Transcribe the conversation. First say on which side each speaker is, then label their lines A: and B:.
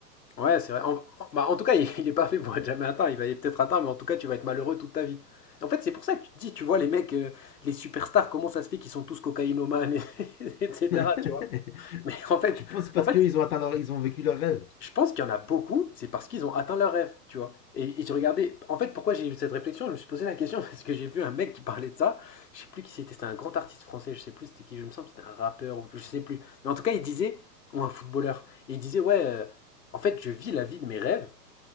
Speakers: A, on the left; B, on the left.
A: Ouais, c'est vrai. En, en- bah, en tout cas, <laughs> il, il est pas fait pour être jamais atteint. Il va y- peut-être atteint, mais en tout cas, tu vas être malheureux toute ta vie. En fait, c'est pour ça que tu te dis, tu vois, les mecs, euh, les superstars, comment ça se fait qu'ils sont tous cocaïnomanes, <laughs> etc.,
B: <laughs>
A: tu vois. Mais en fait,
B: tu penses c'est parce
A: en fait,
B: qu'ils ont atteint leur- ils ont vécu leur rêve
A: je pense qu'il y en a beaucoup, c'est parce qu'ils ont atteint leur rêve, tu vois. Et, et j'ai regardé, en fait, pourquoi j'ai eu cette réflexion, je me suis posé la question, <laughs> parce que j'ai vu un mec qui parlait de ça. Je sais plus qui c'était, c'était un grand artiste français, je sais plus c'était qui, je me sens, c'était un rappeur, ou je sais plus. Mais en tout cas, il disait, ou un footballeur, et il disait, ouais, euh, en fait, je vis la vie de mes rêves.